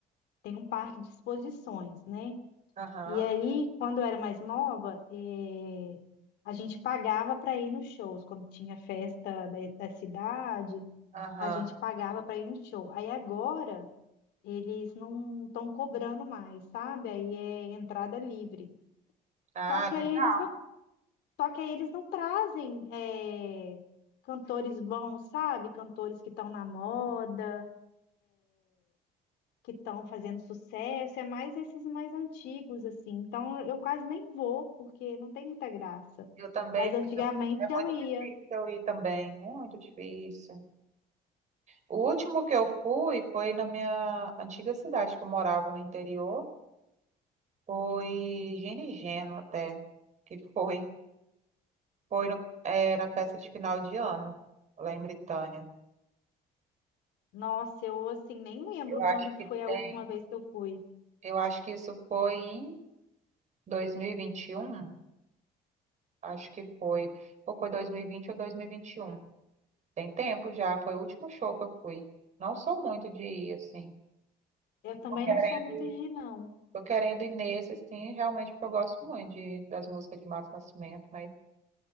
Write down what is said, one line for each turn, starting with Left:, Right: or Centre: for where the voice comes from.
Left: tem um parque de exposições, né?
Right: Aham,
Left: E aí, quando eu era mais nova, eh, a gente pagava para ir nos shows. Quando tinha festa da, da cidade,
Right: aham.
Left: a gente pagava para ir no show. Aí agora, eles não estão cobrando mais, sabe? Aí é entrada livre.
Right: Ah,
Left: Só que
Right: legal.
Left: aí eles não, só que aí eles não trazem, eh, cantores bons, sabe? Cantores que estão na moda. que estão fazendo sucesso, é mais esses mais antigos, assim. Então eu quase nem vou, porque não tem muita graça.
Right: Eu também.
Left: Mas antigamente
Right: É muito
Left: eu ia.
Right: difícil eu ir também, muito difícil. O último que eu fui foi na minha antiga cidade que eu morava no interior. Foi Gini Geno até, que foi. Foi no- é, na peça de final de ano, lá em Britânia.
Left: Nossa, eu assim nem lembro
Right: Eu acho
Left: quando que
Right: que
Left: foi a
Right: tem.
Left: última vez que eu fui.
Right: Eu acho que isso foi em 2021. Acho que foi. Ou foi 2020 ou 2021. Tem tempo já, foi o último show que eu fui. Não sou muito de ir, assim.
Left: Eu também
Right: Tô querendo
Left: não sou muito
Right: ir.
Left: de ir, não.
Right: Tô querendo ir nesse, assim, realmente, porque eu gosto muito de, das músicas de Mato Nascimento, mas